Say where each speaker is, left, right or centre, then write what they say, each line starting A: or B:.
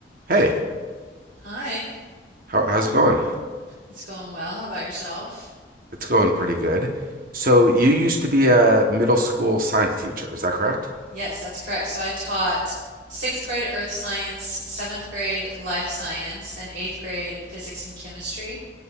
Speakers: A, on the right; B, on the right.
A: Hey,
B: Hi,
A: how, how's it going?
B: it's going well. How about yourself?
A: It's going pretty good. So you used to be a middle school science teacher, is that correct?
B: Yes, that's correct. So I taught sixth grade earth science, seventh grade life science, and eighth grade physics and chemistry.